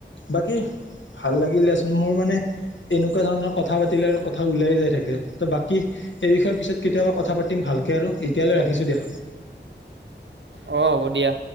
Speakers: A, on the left; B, on the right.
A: বাকী ভাল লাগিল দিয়াচোন মোৰ মানে এনেকুৱা ধৰণৰ কথা পাতিলে আৰু কথা ওলাই যাই থাকে ত বাকী এই বিষয়ে পিছত কেতিয়াবা কথা পাতিম ভালকে আৰু এতিয়ালৈ ৰাখিছোঁ দিয়া
B: অ হ'ব দিয়া।